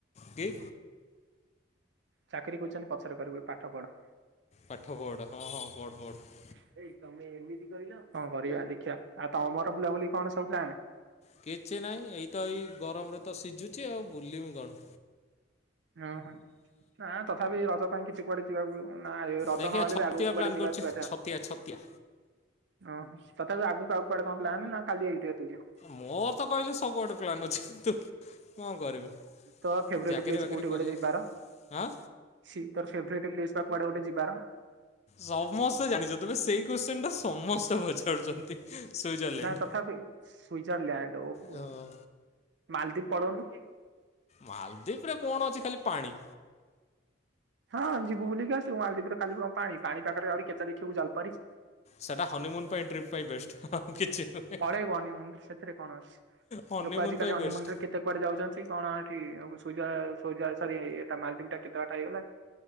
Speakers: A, on the left; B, on the right.
A: କି।
B: ଚାକିରି କଉଛନ୍ତି ପଛରେ କରିବୁ ଏବେ ପାଠ ପଢ।
A: ପାଠ ପଢ ହଁ ହଁ ପଢ଼ ପଢ।
B: କଣ କରିଆ ଦେଖିଆ ଆଉ ତମର ବୁଲାବୁଲି କଣ ସବୁ ପ୍ଲାନ?
A: କିଛି ନାହିଁ ଏଇତ ଏଇ ଗରମରେ ତ ସିଝୁଛି ଆଉ ବୁଲିମି କଣ।
B: ଓ ହଁ ନା ତଥାପି ରଜ ପାଇଁ କିଛି କିଛି କୁଆଡେ ଯିବାକୁ ନା ଏ ରଜ
A: ଦେଖିଆ
B: ନ ହେଲେ
A: ଛତିଆ
B: ବି ଆଗକୁ କୁଆଡେ
A: ପ୍ଲାନ୍
B: ଯିବା
A: କରୁଛି
B: <unintelligible>
A: ଛତିଆ ଛତିଆ
B: ଓହୋ ତଥାପି ଆଗୁକୁ ଆଉ କୁଆଡେ କଣ ପ୍ଲାନ୍ ନା ଖାଲି ଏଇଠୁ ଏତିକି?
A: ମୋ ତ କହିଲି ସବୁଆଡେ ପ୍ଲାନ୍ ଅଛି କିନ୍ତୁ କ'ଣ କରିବି
B: ତ ଫେଭରୋଟେ
A: ଚାକିରି
B: ପ୍ଲେସ
A: ବାକିରି
B: କୋଉଠି
A: କଲେ
B: ଗୋଟେ ଯିବାର
A: ହଁ
B: ଶି ତ ଫେଭରେଟ ପ୍ଲେସ କୁଆଡେ ଗୋଟେ ଯିବାର
A: ସମସ୍ତେ ଜାଣିଛ ତୁମେ ସେଇ କୋଶ୍ଚନ ଟା ସମସ୍ତେ ପଚାରୁଛନ୍ତି ସୁଇଜରଲ୍ୟାଣ୍ଡ
B: ନା ତଥାପି ସ୍ଵିଜରଲ୍ୟାଣ୍ଡ ଓ
A: ହଁ
B: ମାଲଦୀପ ପଳଉନ
A: ମାଲଦୀପ ରେ କଣ ଅଛି ଖାଲି ପାଣି
B: ହଁ ଯିବୁ ବୁଲିକି ଆସିବୁ ମାଲଦିପ ରେ ଖାଲି କଣ ପାଣି ପାଣି ପାଖରେ କେତ ଦେଖିବୁ ଜଲପରି
A: ସେଇଟା ହନିମୁନ୍ ପାଇଁ ଟ୍ରିପ୍ ପାଇଁ ବେଷ୍ଟ ଆଉ କିଛି ନୁହେଁ
B: ପାଳେଇବୁ ହନିମୁନ ସେଥିରେ କଣ ଅଛି
A: ହନିମୁନ୍
B: ଲୋକ ଆଜିିକାଲି
A: ପାଇଁ
B: ହନିମୁନରେ
A: ବେଷ୍ଟ
B: କେତେ କୁଆଡେ ଯାଉଛନ୍ତି କଣ ଏଠି ପୁଜା ସରି ଏଟା ମାଲଦୀପ ଟା କେତେ ବାଟା ହେଇଗଲା